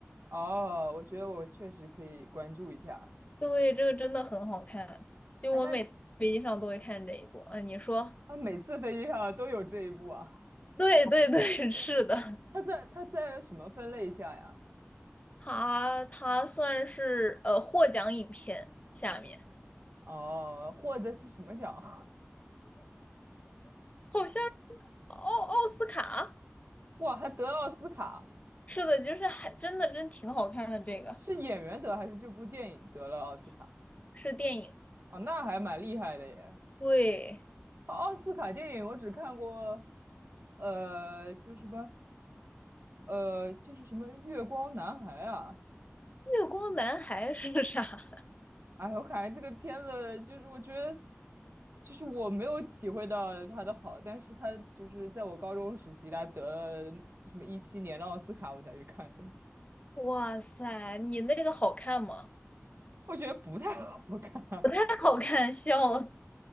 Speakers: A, on the right; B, on the left.
A: 哦，我觉得我确实可以关注一下。
B: 对，这个真的很好看，就我每次飞机上都会看这一部。
A: 哎，那
B: 啊，你说，
A: 啊，每次飞机上都有这一步啊？
B: 对对对，是的。
A: <laughs> 他在他在什么分类下呀？
B: 它它算是呃获奖影片下面，
A: 哦，获得是什么奖？
B: 好像是奥奥斯卡，
A: <laughs> 哇，还得奥斯卡，
B: 是的，就是还真的真挺好看的。这个
A: 是演员得还是这部电影得了奥斯卡？
B: 是电影，
A: 哦，那还蛮厉害的耶。
B: 对，
A: 哦奥斯卡电影我只看过，呃，就是什么，呃，就是什么《月光男孩》啊，
B: 《月光男孩》是啥？<laughs>
A: 哎，我感觉这个片子就是我觉得，就是我没有体会到它的好，但是它就是在我高中时期，它得了什么一七年的奥斯卡，我才去看的。
B: 哇塞，你那个好看吗？
A: 我觉得不太好看，
B: 不太好看，<laughs> 笑了。